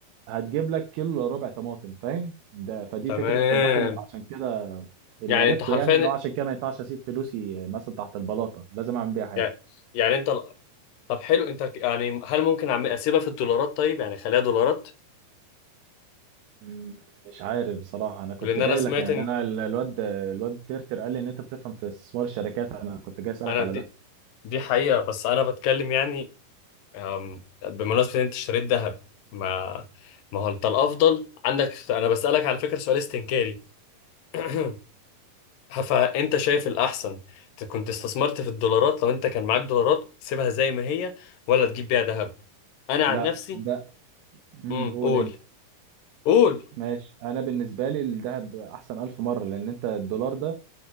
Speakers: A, on the right (about 85°); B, on the left (about 70°).
A: هتجيب لك كيلو إلا ربع طماطم فاهم ده فدي
B: تمام
A: فكره التضخم عشان كده اللي
B: يعني
A: عرفته
B: انت حرفيا
A: يعني ان هو عشان كده ما ينفعش اسيب فلوسي مثلا تحت البلاطه لازم اعمل بيها حاجه
B: يعني يعني انت طب حلو انت ك- يعني هل ممكن أعمل- اسيبها في الدولارات طيب يعني خليها دولارات
A: مم، مش عارف بصراحه انا كنت
B: لان
A: جاي
B: انا سمعت
A: لك يعني
B: ان
A: انا ال- الواد الواد ترتر قال لي ان انت بتفهم في استثمار الشركات انا كنت جاي اسالك
B: انا
A: على
B: دي
A: ده
B: دي حقيقة بس انا بتكلم يعني آم، بمناسبة ان انت اشتريت ذهب ما ما هو انت الافضل عندك انا بسألك على فكرة سؤال استنكاري <clears throat> فانت شايف الاحسن ت- كنت استثمرت في الدولارات لو انت كان معاك دولارات سيبها زي ما هي ولا تجيب بيها ذهب انا عن
A: لا
B: نفسي
A: ده امم
B: امم
A: قول
B: قول
A: انت
B: قول
A: ماشي انا بالنسبه لي الذهب احسن الف مره لان انت الدولار ده